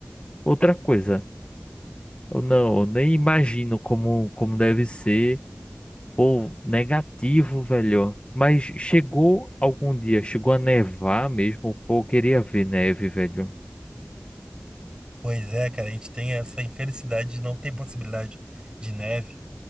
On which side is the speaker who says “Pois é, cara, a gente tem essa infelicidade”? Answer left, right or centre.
Right